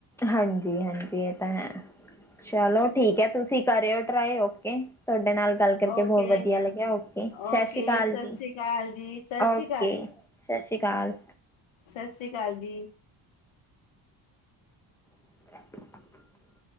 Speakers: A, in the centre; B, on the left.
A: ਹਾਂਜੀ-ਹਾਂਜੀ, ਏ ਤਾਂ ਹੈ ਚਲੋ ਠੀਕ ਐ, ਤੁਸੀਂ ਕਰਿਓ ਟਰਾਈ ਓਕੇ। ਤੁਆਡੇ ਨਾਲ ਗੱਲ ਕਰਕੇ
B: ਓਕੇ
A: ਬੋਹ ਵਧੀਆ ਲੱਗਿਆ, ਓਕੇ ਸ਼ਸ਼੍ਰੀ
B: ਓਕੇ
A: ਕਾਲ
B: ਸਤਿ
A: ਜੀ,
B: ਸ੍ਰੀ ਅਕਾਲ ਜੀ ਸਤਿ
A: ਓਕੇ।
B: ਸ੍ਰੀ
A: ਸ਼ਸ਼੍ਰੀ ਕਾਲ।
B: ਸਸ੍ਰੀ ਕਾਲ ਜੀ।
A: <inaudible>